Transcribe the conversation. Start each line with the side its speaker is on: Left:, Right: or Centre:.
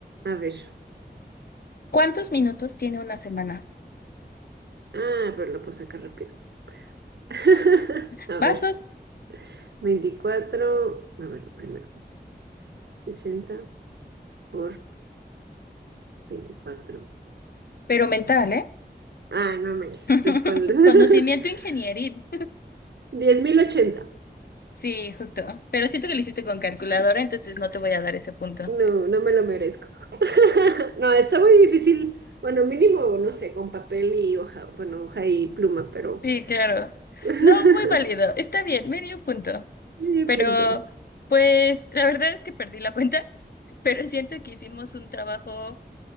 Right: A ver.
Left: ¿Cuántos minutos tiene una semana?
Right: Ah, pero lo puedo sacar rápido. <laughs> A
Left: Vas,
Right: ver.
Left: vas,
Right: veinticuatro a ver, primero. sesenta por veinticuatro
Left: pero mental, ¿eh?
Right: Ah, no manches,
Left: <laughs>
Right: estoy con...
Left: Conocimiento
Right: <laughs>
Left: ingenieril.
Right: diez mil ochenta
Left: Sí, justo. Pero siento que lo hiciste con calculadora, entonces no te voy a dar ese punto.
Right: No, no me lo merezco. <laughs> No, está muy difícil. Bueno, mínimo, no sé, con papel y hoja, bueno, hoja y pluma, pero
Left: Sí, claro.
Right: <laughs>
Left: No, muy válido. Está bien, medio punto.
Right: medio
Left: Pero,
Right: punto.
Left: pues, la verdad es que perdí la cuenta, <laughs> pero siento que hicimos un trabajo